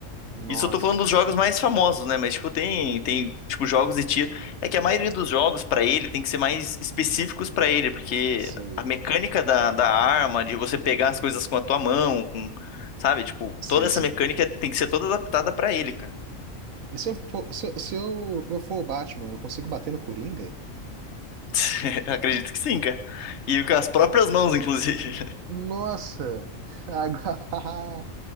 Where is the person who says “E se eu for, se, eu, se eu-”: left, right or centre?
Right